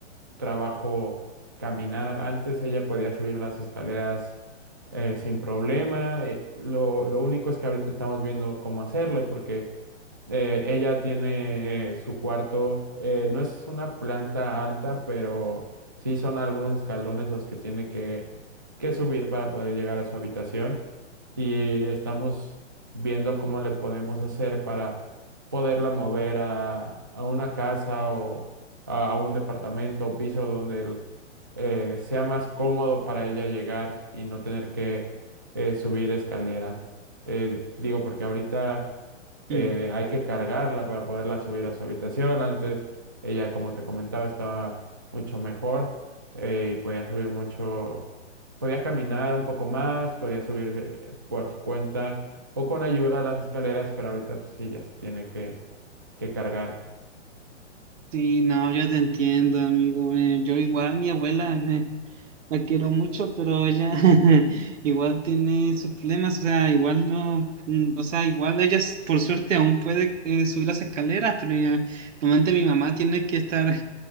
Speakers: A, on the right; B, on the right.
A: trabajo caminar. Antes ella podía subir las escaleras eh, sin problema. eh, lo, lo único es que ahorita estamos viendo cómo hacerle, porque Eh, ella tiene su cuarto, eh, no es una planta alta, pero sí son algunos escalones los que tiene que, que subir para poder llegar a su habitación. Y estamos viendo cómo le podemos hacer para poderla mover a, a una casa o a, a un departamento o piso donde el- eh, sea más cómodo para ella llegar y no tener que eh, subir escaleras. Eh, digo, porque ahorita
B: Mm.
A: eh, hay que cargarla para poderla subir a su habitación. Antes ella, como te comentaba, estaba mucho mejor eh, y podía subir mucho, podía caminar un poco más, podía subir eh, por su cuenta o con ayuda a las escaleras, pero ahorita pues, sí ya se tiene que, que cargar.
B: Sí, no, yo te entiendo, amigo, eh, yo igual, mi abuela, eh, La quiero mucho, pero ella <laughs> igual tiene sus problemas, o sea, igual no, mm, o sea, igual ella s- por suerte aún puede eh, subir las escaleras, pero ya- normalmente mi mamá tiene que estar